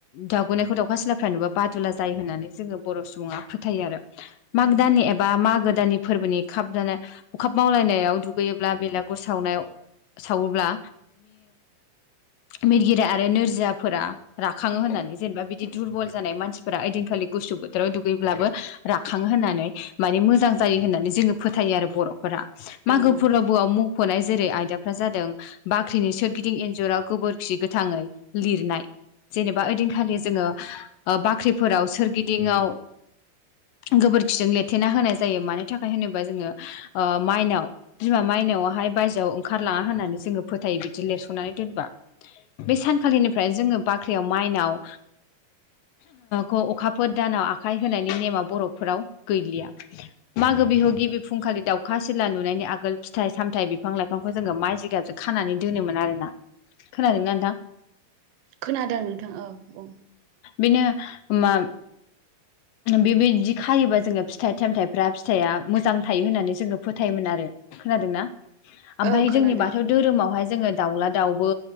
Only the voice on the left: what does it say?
लुबैनायखौ दाउखा सिलाफ्रा नुब्ला बादुला जायो होननानै जोङो बर' सुबुङा फोथायो आरो माग
दाननि एबा मागो दाननि फोरबोनि खाब जानाय हखाब मावलायनायाव दुगैयोब्ला बेलागुर सावनायाव सावोब्ला मिरगिरि आरो नोरजियाफोरा राखाङो होननानै जेनेबा बिदि दुरबल जानाय मानसिफोरा ओइदिनखालि गुसु बोथोराव दुगैब्लाबो राखाङो होननानै माने मोजां जायो होननानै जोङो फोथायो आरो बर'फोरा मागो
फोरबोआव मुंख'नाय जेरै आयदाफ्रा जादों बाख्रिनि सोरगिदिं इन्जुराव गोबोरखि गोथाङै लिरनाय जेनेबा ओइदिनखालि जोङो ओ बाख्रिफोराव सोरगि दिंआव गोबोरखिजों लेथेना होनाय जायो मानो थाखाय होनोबा जोङो ओ माइनाव बिमा मा मायनावाहाय बायजोआव ओंखारलाङा होननानै जोङो फोथायो बिदि लिरस'नानै दोनबा बे सानखालिनिफ्राय जोङो बाख्रियाव माइनाव खौ अखाफोर दानाव आखाइ होनायनि नेमा बर'फोराव गैलिया मागो बिहु गिबि फुंखालि दाउखा सिला नुनायनि आगोल फिथाइ सामथाय बिफां लाइफांखौ जोङो माइ जिगाबजों खा खानानै दोनोमोन आरो ना खोनादोंना नोंथां
बिनो मा बेबायदि खायोबा जोङो फिथाइ सामथाइफ्रा फिथाया मोजां थायो होननानै जोङो फोथायोमोन आरो खोनादोंना आमफाय
जोंनि बाथौ धोरोमावहाय जोङो दाउला दाउबो